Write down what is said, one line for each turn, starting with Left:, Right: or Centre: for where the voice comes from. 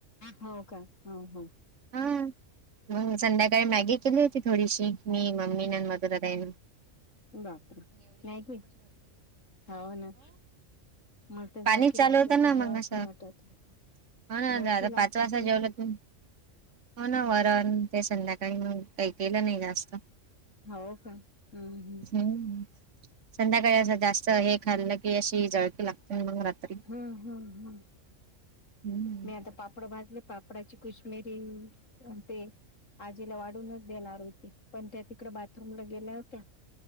Left: हो का हो हो
Right: हा मग संध्याकाळी मॅगी केली होती थोडीशी मी मम्मी ना आणि मधुराताई
Left: बापरे मॅगी हो ना मलात
Right: पाणीच
Left: जळकी
Right: चालू
Left: लागते
Right: होतं
Left: ते
Right: ना
Left: जेवावच
Right: मग असं
Left: नाही वाटत
Right: हो ना
Left: जळकी
Right: आता
Left: लागते
Right: पाच वाजता
Left: तर
Right: जेवलं
Left: ते
Right: त हो ना वरण ते संध्याकाळी काही केलं नाही जास्त
Left: हो का हम् हम्
Right: हम्म संध्याकाळी असं जास्त हे खाल्लं की अशी जळकी लागते मग रात्री
Left: हम्म हम्म हम्म
Right: हम्म
Left: मी आता पापड ब मा पापडाची कुश्मिरी ते आजीला वाढूनच देणार होती पण त्या तिकड बाथरूमला गेल्या होत्या